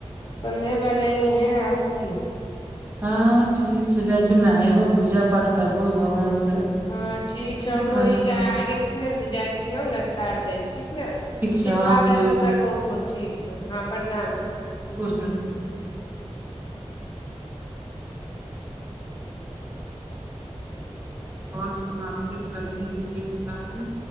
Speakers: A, on the left; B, on the right.
A: कल्हे बनैहें आर की
B: हँ ठीक छै जाइ छियौ नहेबो पूजा पाठ करबौ भगवान के
A: हँ ठीक छै हमरो
B: खाना
A: इ ग आ गेलखिन तऽ जाइ छियौ नाास्ता आर दै लऽ ठीक ने फीर
B: छै हँ
A: बाद
B: ठीक
A: आरमे करबो फोन ठीक छौ हँ प्रणाम हँ ठीक
B: खुश रह आओर समाप्ति करेि ले कारण